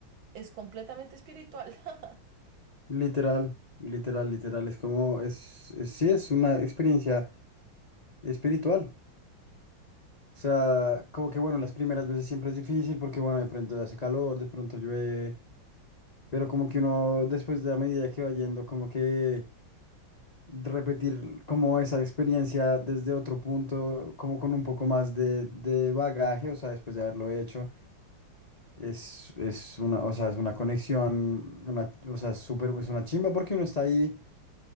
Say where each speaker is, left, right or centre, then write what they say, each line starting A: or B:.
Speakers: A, on the right (about 70°); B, on the left (about 55°).
A: es completamente espiritual. <laughs>
B: Literal, literal, literal. Es como, es, es- sí, es una experiencia espiritual. O sea, como que bueno, las primeras veces siempre es difícil porque bueno, de pronto hace calor, de pronto llueve, pero como que uno después de la medida que va yendo, como que repetir como esa experiencia desde otro punto, como con un poco más de, de bagaje, o sea, después de haberlo hecho. Es, es una, o sea, es una conexión, una, o sea, es súper, es una chimba porque uno está ahí